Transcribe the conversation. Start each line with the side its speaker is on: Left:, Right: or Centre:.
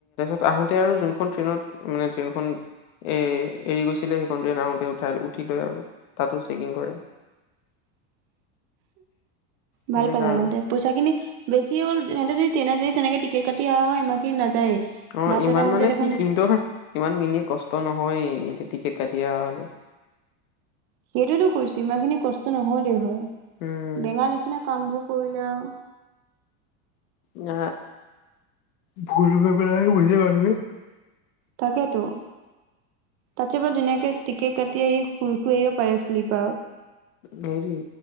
Left: আহোঁতে আৰু যোনখন ট্ৰেইনত মানে ট্ৰেইনখন এ এৰি গৈছিলে সেইখন ট্ৰেইন আহোতে উঠাই উঠি লৈ আৰু তাতো চেকিং কৰে
Right: <inaudible>
Left: সেনেকা
Right: ভাল পালে সিহঁতে
Left: আৰু
Right: পইচা খিনি বেছিয়ে হ'ল সিহঁতে হতে যদি তেনে য তেনেকে টিকট কাটি আহ হয় ইমান খিনি নাযায়েই
Left: অ
Right: বাছত
Left: ইমান
Right: আহোতে
Left: মানে
Right: দেখোন
Left: কি স ইমান কিনি কষ্ট নহয় হয় টিকেট কাটি অহা হলে
Right: সেইটোতো কৈছোঁ ইমান খিনি কষ্ট নহলেই হয়
Left: উম
Right: বেঙা নিচিনা কামবোৰ কৰিলে আও
Left: ন ভুল পেলাই বুজি পাৰ
Right: তাকেতো ৰাতিপুৱা ধুনীয়াকে টিকে কাটি আহি শুই শুই আহিব পাৰে শ্লিপাৰত
Left: সেইটোৱে